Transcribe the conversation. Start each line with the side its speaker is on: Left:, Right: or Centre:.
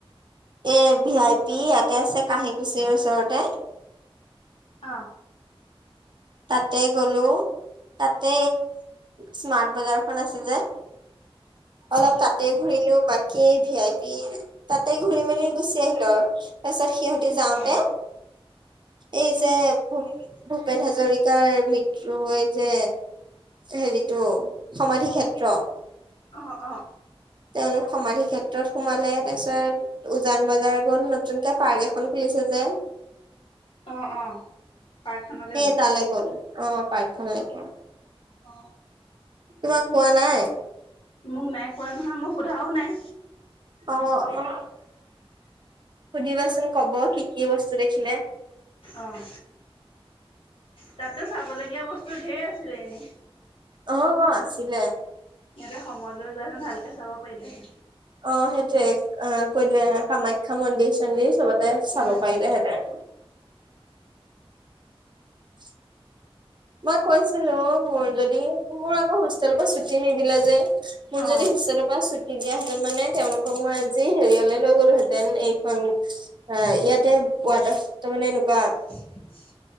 Right: এ ভি আই পি ইয়াতে আছে কাঁহী কুছিৰ ওচৰতে
Left: অ
Right: তাতে গ'লো তাতে স্মাৰ্ট বজাৰ খন আছে যে অলপ
Left: অ
Right: তাতে ঘুৰিলো বাকী ভি আই পি তাতে ঘুৰি মেলি গুচি আহিলো আৰু তাৰপিছত সিহঁতি যাওঁতে
Left: অ অ
Right: এই যে ভূপেন হাজৰিকা কাৰ মৃত্যুৰ সেই যে হেৰিটো সমাধি ক্ষেত্ৰ
Left: অহ অ
Right: তেওঁলোক সমাধি ক্ষেত্ৰত সোমালে তাৰপিছত উজান বজাৰ গ'ল নতুনকে পাৰ্ক এখন খুলি ছে যে
Left: অ অ অ পাৰ্কখনলৈ
Right: সেই
Left: গ'ল।
Right: তালে গ'ল অ পাৰ্কখন লেকে
Left: অ
Right: তোমাক কোৱা নাই
Left: মোক নাই কোৱা নহয় মই সোধাও নাই
Right: অ অ সুধিবাচোন ক'ব কি কি বস্তু দেখিলে
Left: অঁ তাটো চাবলগীয়া বস্তু ঢ়েই আছিলে এনেই
Right: অঁ, অঁ আছিলে।
Left: সিহঁতে সময় লৈ যোৱাহেঁতেন ভালকে চাব পাৰিলেহেঁতেন।
Right: অঁ সেইটোৱে, অঁ কইলে কামাখ্যা মন্দিৰ চন্দিৰ চবতে চাব
Left: উম
Right: পাৰিলেহেঁতেন। <inaudible> মই কৈছিলো, মোৰ যদি মোৰ আকৌ হোষ্টেল পা ছুটি নিদিলে যে মোৰ
Left: অ
Right: যদি হোষ্টেল পা ছুটি দিয়াহেঁতেন, মানে তেওঁলোকক মই আজি হেৰিয়লে লৈ গলোহেঁতেন, এইখন এ ইয়াতে ৱাটাৰ মানে এনেকুৱা
Left: <inaudible>